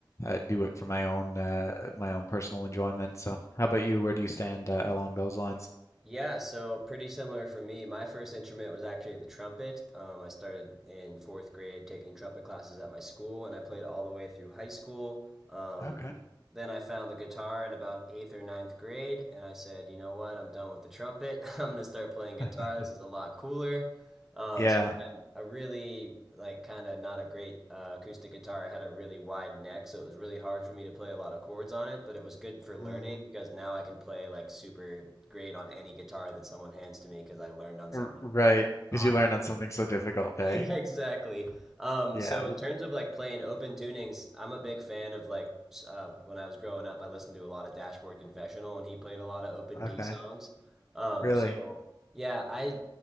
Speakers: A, on the left; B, in the centre.
A: uh, do it for my own uh, my own personal enjoyment. So, how about you? Where do you stand uh, along those lines?
B: Yeah, so pretty similar for me. My first instrument was actually the trumpet. Um, I started in fourth grade taking trumpet classes at my school, and I played all the way through high school. Um,
A: Okay.
B: then I found the guitar in about eighth or ninth grade, and I said, you know what, I'm done with the trumpet. <laughs> I'm gonna start playing guitar.
A: <laughs>
B: This is a lot cooler. Um,
A: Yeah.
B: so I had a really like kind of not a great uh, acoustic guitar. It had a really wide neck, so it was really hard for me to play a lot of chords on it. But it was good for learning
A: Mm,
B: because now I can play like super great on any guitar that someone hands to me because I learned on something.
A: r- right.
B: <laughs>
A: Because
B: Uh,
A: you learned on something so difficult, eh?
B: yeah, exactly. Um,
A: Yeah.
B: so
A: w-
B: in terms of like playing open tunings, I'm a big fan of like s- uh, when I was growing up, I listened to a lot of Dashboard Confessional, and he played a lot of open
A: Okay.
B: D songs. Um,
A: Really?
B: so yeah, I